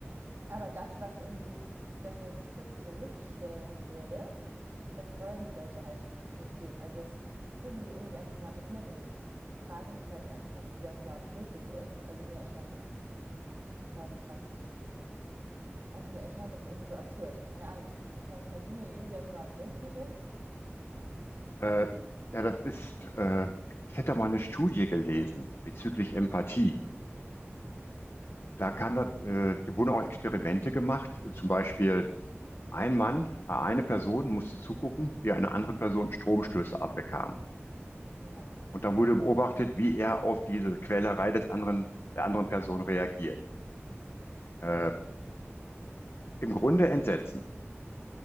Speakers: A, on the right (about 55°); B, on the left (about 60°).
A: Aber das, was irgendwie, dass wir uns kritische Licht stellen würde, das wollen die Leute halt nicht sehen. Also das kriegen die irgendwie einfach überhaupt nicht mit. Und ich frage mich halt ernsthaft, wie das überhaupt möglich ist. Also mir erscheint das quasi fast, also mir erscheint das irgendwie so absurd. Keine Ahnung, ich, ich weiß nicht, hast du eine Idee, wie das überhaupt möglich ist?
B: Äh, ja, das ist, äh, ich hätte da mal eine Studie gelesen bezüglich Empathie. Da kam äh, da wurden auch Experimente gemacht. Zum Beispiel ein Mann, äh, eine Person musste zugucken, wie eine andere Person Stromstöße abbekam.
A: Ja,
B: Und dann wurde beobachtet, wie er auf diese Quälerei des anderen, der anderen Person reagiert. Äh, im Grunde Entsetzen.